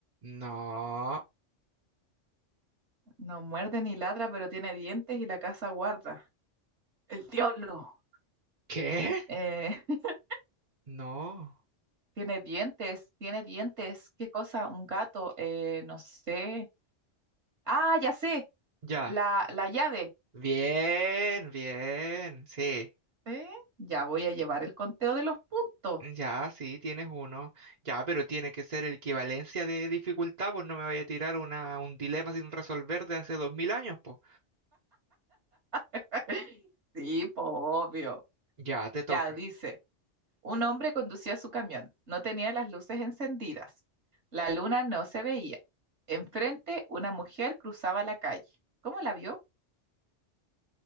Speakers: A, on the right; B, on the right.
A: No.
B: no muerde ni ladra, pero tiene dientes y la casa guarda. El diablo.
A: ¿Qué?
B: Eh, <laughs>
A: No.
B: tiene dientes, tiene dientes. ¿Qué cosa? Un gato, eh, no sé. Ah, ya sé,
A: Ya.
B: la, la llave.
A: Bien, bien. Sí.
B: ¿Eh? Ya voy a llevar el conteo de los puntos.
A: Ya, sí, tienes uno. Ya, pero tiene que ser equivalencia de dificultad, pues no me vaya a tirar una, un dilema sin resolver de hace dos mil años, pues.
B: <laughs> Sí, po, obvio.
A: Ya, te toca.
B: Ya dice. Un hombre conducía su camión. No tenía las luces encendidas. La luna no se veía. Enfrente, una mujer cruzaba la calle. ¿Cómo la vio?